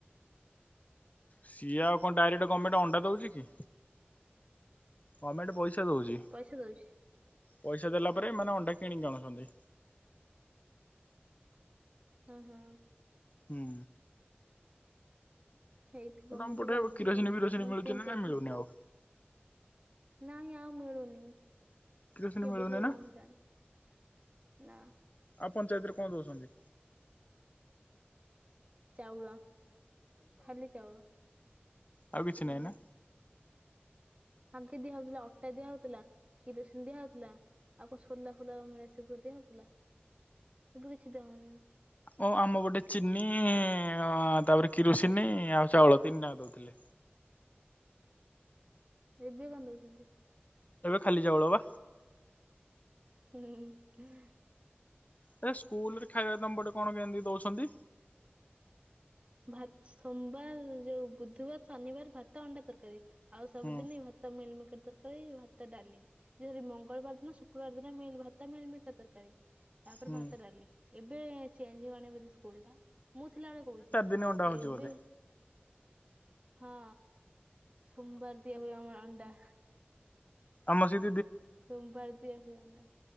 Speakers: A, on the left; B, on the right.
A: ସିଏ ଆଉ କଣ ଡାଇରେକ୍ଟ ଗମେଟ୍ ଅଣ୍ଡା ଦଉ ଚିକି? ଗମେଟ୍ ପଇସା ଦଉଚି।
B: ପଇସା ଦଉଛି
A: ପଇସା ଦେଲା ପରେ ଏମାନେ ଅଣ୍ଡା କିଣିକି ଆଣୁସନ୍ତି।
B: ହଁ ହଁ।
A: ହୁଁ,
B: ହୁଁ, ହେଇଥିବ।
A: ତମ
B: ମୁଁ
A: ପଟେ
B: ତ ଜାଣିନି
A: କିରୋସିନି
B: ଏତେ
A: ଫିରୋସିନି
B: ମୁଁ
A: ମିଳୁଛି
B: ତିନି
A: ନା
B: ଚାରି
A: ମିଳୁନି
B: ମାସ ଖଣ୍ଡେ
A: ଆଉ
B: ନାଇଁ ଆଉ ମିଳୁନି।
A: କିରୋସିନି
B: କେବେ
A: ମିଳୁନି
B: ଠାରୁ
A: ନା
B: ବନ୍ଦ ହେଲାଣି? ନା।
A: ଆଉ ପଞ୍ଚାୟତରେ କଣ ଦଉଛନ୍ତି?
B: ଚାଉଳ। ଖାଲି ଚାଉଳ
A: ଆଉ କିଛି
B: ହଁ।
A: ନାହିଁ ନା
B: ଆଗେ ଦିଆ ହଉଥିଲା ଅଟା ଦିଆ ହଉଥିଲା, କିରୋସିନ ଦିଆ ହଉଥିଲା, ଆଉ କଣ ସୋଲା ଫୋଲା ପା ମିଳେ ସେ ସିବୁ ଦିଆ ହଉଥିଲା। ଏବେ କିଛି ଦିଆ ହଉନି?
A: ଓ ଆମ ପଟେ ଚିନି-ଇଁ- ଅଁ ତାପରେ କିରୋସିନି-ଇ ଆଉ ଚାଉଳ ତିନିଟାଙ୍କ ଦଉଥିଲେ।
B: ଏବେ କଣ ଦଉଛନ୍ତି?
A: ଖାଲି ଚାଉଳ ବା।
B: ହୁଁହୁଁ ହୁଁ ହ।
A: <unintelligible> ସ୍କୁଲ ରେ ଖାଇବା ତମପଟେ କଣ କେମିତି ଦଉଛି? ହନ୍ତି।
B: ଆତ୍ ସୋମବାର ଯୋଉ ବୁଧବାର, ଶନିବାର ଭାତ ଅଣ୍ଡା ତରକାରୀ। ଆଉ ସବୁଦିନି
A: ହୁଁ
B: ଭାତ ମିଲ୍ ମେକର ତର୍ ଇ ଭାତ ଡାଲି ଯ ମଙ୍ଗଳବାର ଦିନ ଶୁକ୍ରବାର ଦିନ ମିଲ୍ ଭାତ ମିଲ୍ ମେକର ତରକ କାରି। ତାପରେ
A: ହୁଁ
B: ଭାତ ଡାଲି ଏବେ ଚେଞ୍ଜ ହେଇଗାଣି ବୋଧେ ସ୍କୁଲଟା! ମୁଁ ଥିଲାବେଳେ କହୁଛି।
A: ଦିନେ ଅଣ୍ଡା ହଉଛି
B: ଏବେ
A: ବୋଧେ!
B: ହଁ। ସୋମବାର ଦିଆ ହୁଏ ଆମର ଅଣ୍ଡା
A: ଆମସିନ୍ତି।
B: ସୋମବାର ଦିଆ ହୁଏ ଅଣ୍ଡା